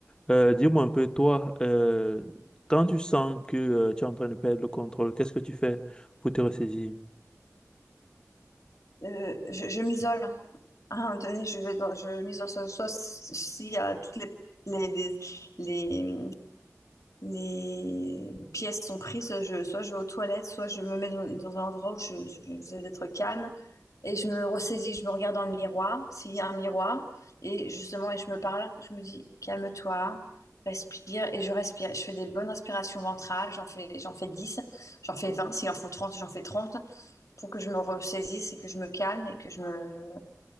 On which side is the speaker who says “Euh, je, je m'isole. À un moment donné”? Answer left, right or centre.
Left